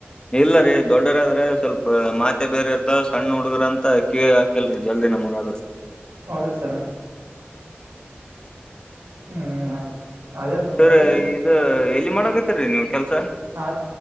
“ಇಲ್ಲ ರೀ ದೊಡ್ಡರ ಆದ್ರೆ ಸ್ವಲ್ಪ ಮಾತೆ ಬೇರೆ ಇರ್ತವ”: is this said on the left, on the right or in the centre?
Left